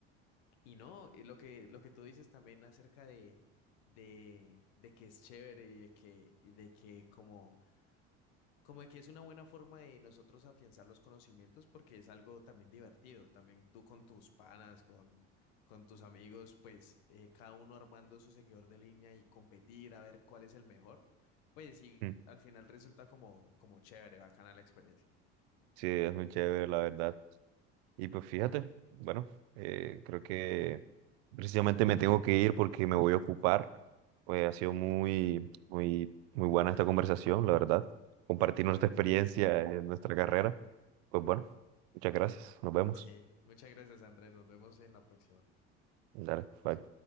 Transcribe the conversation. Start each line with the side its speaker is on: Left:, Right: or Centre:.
Left: y no, y lo que, lo que tú dices también acerca de, de, de que es chévere y de que, y de que como como de que es una buena forma de nosotros afianzar los conocimientos porque es algo también divertido, también tú con tus panas, con, con tus amigos, pues eh, cada uno armando su seguidor de línea y competir a ver cuál es el mejor, pues sí,
Right: Mm,
Left: al final resulta como, como chévere, bacana la experiencia.
Right: Sí, es muy chévere, la verdad. Y pues fíjate, bueno, eh, creo que precisamente me tengo que ir porque me voy a ocupar. Pues ha sido muy, muy, muy buena esta conversación, la verdad. Compartir nuestra experiencia en nuestra carrera. Pues bueno, muchas gracias, nos vemos.
Left: Sí, muchas gracias Andrés, nos vemos en la próxima.
Right: Dale, bye.